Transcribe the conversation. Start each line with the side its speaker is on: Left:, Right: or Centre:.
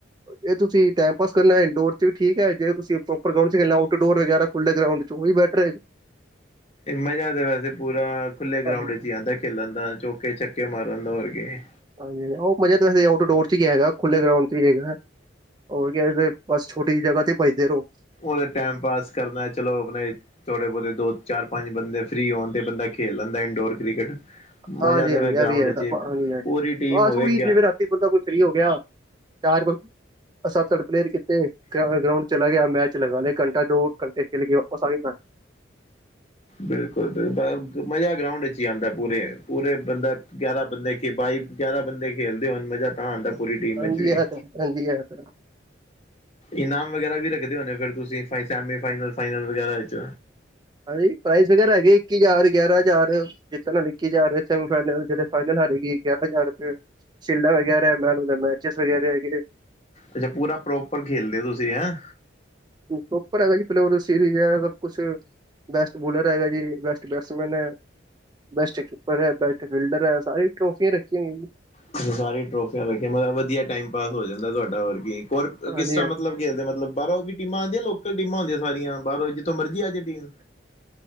Right: ਜੇ ਤੁਸੀਂ ਟਾਈਮ ਪਾਸ ਕਰਨਾ ਇੰਡੋਰ ਚ ਵੀ ਠੀਕ ਹੈ ਜੇ ਤੁਸੀਂ ਪਰੋਪਰ ਗਰਾਊਂਡ ਚ ਖੇਡਣਾ ਆਊਟਡੋਰ ਵਗੈਰਾ ਖੁੱਲੇ ਗਰਾਊਂਡ ਵਿਚ ਓਹੀ ਬੈਟਰ ਹੈਗਾ।
Left: ਮਜਾ ਤੇ ਵੈਸੇ ਪੂਰਾ ਖੁੱਲੇ ਗਰਾਉਂਡ
Right: ਆਹ
Left: ਵਿਚ ਈ ਆਂਦਾ ਖੇਲਨ ਦਾ ਚੌਕੇ ਚੱ ਕੇ ਮਾਰਨਵਰਗੇ
Right: ਹਾਂਜੀ-ਹਾਂਜੀ, ਉਹ ਮਜ਼ਾ ਤਾਂ ਵੇ ਆਊਟੋ ਡੋਰ ਚ ਹੀ ਹੈਗਾ ਖੁੱਲੇ ਗਰਾਊਂਡ ਚ ਹੀ ਹੈਗਾ। ਹੋਰ ਕੀ ਐ ਬਸ ਛੋਟੀ ਜੀ ਜਗਾ ਤੇ ਭਜਦੇ ਰਓ।
Left: ਉਰੇ ਟੈਮ ਪਾਸ ਕਰਨਾ ਚਲੋ ਆਪਨੇ ਥੋੜੇ ਬੋਤੇ ਦੋ-ਚਾਰ ਪੰਜ ਬੰਦੇ ਫਰੀ ਹੋਨ ਤੇ ਬੰਦਾ ਖੇਲ ਲੈਂਦਾ ਇੰਨਡੋਰ ਕ੍ਰਿਕਟ।
Right: ਹਾਂਜੀ
Left: ਮਜ਼ਾ ਤੇ
Right: ਹਾਂਜੀ
Left: ਫੇਰ ਗਰਾਊਂਡ
Right: ਇਹ ਵੀ ਹੈ
Left: ਚੀ,
Right: ਨਾ, ਬ- ਹਾਂਜੀ ਹਾਂਜੀ
Left: ਪੂਰੀ ਟੀਮ
Right: ਬਸ
Left: ਹੋਵੇ
Right: ਉਹੀ
Left: ਗੇ
Right: ਜਿਵੇਂ ਰਾਤੀ ਬੰਦਾ ਕੋਈ ਫਰੀ ਹੋ ਗੇਆ, ਚਾਰ ਬੰ ਸੱਤ ਸੱਠ ਪਲੇਅਰ ਕੀਤੇ ਗਰਾਊਂਡ ਚਲਾ ਗਿਆ, ਮੈਚ ਲਗਾ ਲੇ ਘੰਟਾ ਦੋ ਘੰਟੇ ਖੇਲ ਕੇ ਵਾਪਸ ਆਗੇ ਘਰ।
Left: ਬਿਲਕੁਲ-ਬਿਲੁਲ, ਮਜ਼ਾ ਗ੍ਰਾਊਂਡ ਚ ਹੀ ਆਉਦਾ ਪੂਰੇ-ਪੂਰੇ ਬੰਦੇ ਗਿਆਰਾਂ ਬੰਦੇ ਕੇ ਵਾਈਵ ਗਿਆਰਾਂ ਬੰਦੇ ਖੇਲਦੇ ਹੋ ਮਜ਼ਾ ਤਾਂ ਆਂਦਾ ਪੁੂਰੀ ਟੀਮ
Right: ਹਾਂਜੀ
Left: ਵਿੱਚ ਵੀ
Right: ਐ ਤਾ, ਹਾਂਜੀ ਐ ਤਾ।
Left: ਇਨਾਮ ਵਗੈਰਾ ਵੀ ਰੱਖਦੇ ਹੋਨੇ ਫੇਰ ਤੁਸੀਂ ਸੈਮੀ ਫਾਈਨਲ ਫਾਈਨਲ ਵਗੈਰਾ ਵਿੱਚ।
Right: ਹਾਂਜੀ ਪ੍ਰਾਈਜ਼ ਵਗੈਰਾ ਹੈਗੇ ਇੱਕੀ ਜ਼ਾਰ, ਗਿਆਰਾਂ ਜ਼ਾਰ ਜਿੱਤਨ ਆਲੇ ਇਕੀ ਜ਼ਾਰ ਰਏ ਸੈਮੀ ਫਾਈਨਲ ਜੇੜੇ ਫਾਈਨਲ ਹਾਰੇਗੀ ਗਿਆਰਾਂ ਜ਼ਾਰ ਰੁਪਏ। ਸ਼ਿਲਡਾ ਵਗੈਰਾ ਏਂਦਾ ਨੂ ਯਾ ਮੈਚਿਸ ਵਗੈਰੇ ਹੈਗੀ ਏ।
Left: ਅੱਛਾ ਪੂਰਾ ਪ੍ਰੋਪਰ ਖੇਲਦੇ ਓ ਤੂਸੀ, ਐਂ?
Right: ਪ੍ਰੋਪਰ ਹੈਗਾ ਜੀ ਪ੍ਰੋਰਜ ਸੀਰੀਅਜ ਐ ਕੁੱਛ। ਬੈਸਟ ਬੋਲਰ ਹੈਗਾ ਜੀ, ਬੈਸਟ ਬੈਟਸਮੈਨ ਐ, ਬੈਸਟ ਪਰ ਐ ਬੈਸਟ ਫੀਲਡਰ ਐ ਸਾਰੀ ਟਰੋਫੀਆਂ ਰੱਖੀਆਂ ਹੋਇਆ ਜੀ।
Left: ਤੁਸੀ ਸਾਰੀਆ ਟਰੋਫੀਆਂ ਰੱਖੀਆਂ ਮਤਲਬ ਵਧੀਆ ਟਾਈਮ ਪਾਸ ਹੋ ਜਾਂਦਾ ਤੁਆਡਾ ਹੋਰ ਇੱਕ ਹੋਰ
Right: ਹਾਂਜੀ-ਹਾਂਜੀ,
Left: ਕਿਸ ਤਰ੍ਹਾਂ ਮਤਲਬ ਖੇਲਦੇ ਮਤਲਬ? ਬਾਰੋ ਵੀ ਟੀਮਾਂ ਆਂਦੀਆਂ ਲੋਕਲ ਟੀਮਾਂ ਹੁੰਦੀਆਂ ਸਾਰੀਆਂ ਬਾਰੋ ਜਿੱਥੋਂ ਮਰਜੀ ਆਜੇ ਟੀਮ?